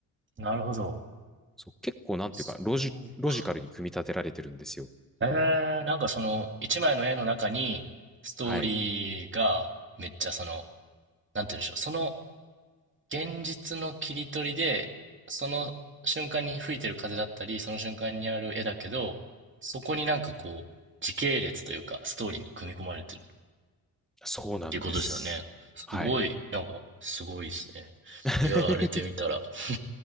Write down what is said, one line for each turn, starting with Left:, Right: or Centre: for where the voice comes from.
Right: え、なるほど。
Centre: そう、結構なんていうか、
Right: そ
Centre: ロジ、
Right: うか。
Centre: ロジカルに組み立てられてるんですよ。
Right: えー、なんかその、一枚の絵の中に、ストーリーが、
Centre: はい。
Right: めっちゃその、なんて言うんでしょう、その、現実の切り取りで、その瞬間に吹いてる風だったり、その瞬間にある絵だけど、そこになんかこう、時系列というか、ストーリーが組み込まれてるっ
Centre: そうなんです。
Right: ていうことですよね。すごい、
Centre: はい。
Right: なんか、すごいですね。
Centre: <laughs>
Right: 言われてみたら。<laughs>